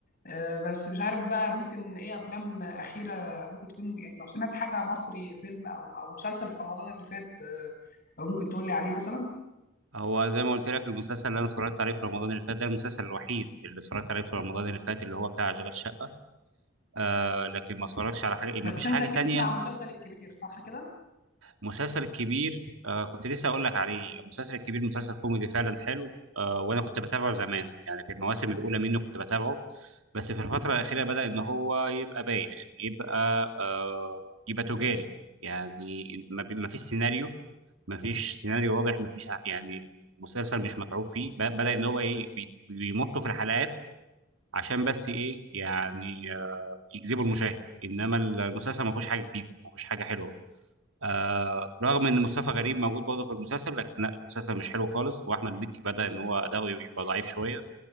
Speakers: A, on the left; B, on the right.
A: آه، بس مش عارف بقى ممكن ايه افلام اخيره ممكن تكون يعني لو سمعت حاجه مصري فيلم او او مسلسل في رمضان اللي فات آه، ممكن تقول لي عليه مثلا
B: هو زي ما قلت لك المسلسل اللي انا اتفرجت عليه في رمضان اللي فات ده المسلسل الوحيد اللي اتفرجت عليه في رمضان اللي فات اللي هو بتاع اشغال شقه آه لكن ما اتفرجش على حاجه
A: بس
B: ما فيش
A: انت
B: حاجه
A: اكيد
B: تانية
A: تسمع عن مسلسل الكبير صح كده
B: مسلسل كبير آه كنت لسه اقول لك عليه مسلسل كبير مسلسل كوميدي فعلا حلو آه وانا كنت بتابعه زمان يعني في المواسم الاولى منه كنت بتابعه بس في الفتره الاخيره بدا ان هو يبقى بايخ يبقى آه يبقى تجاري يعني ما, بي- ما فيش سيناريو ما فيش سيناريو واضح ما فيش ع- يعني المسلسل مش متعوب فيه ب- بدا ان هو ايه بي- بيمطوا في الحلقات عشان بس ايه يعني آه، يجذبوا المشاهد انما المسلسل ما فيهوش حاجه جديده ما فيهوش حاجه حلوه آه رغم ان مصطفى غريب موجود برضه في المسلسل لكن لا المسلسل مش حلو خالص واحمد مكي بدا ان هو اداؤه يبقى ضعيف شويه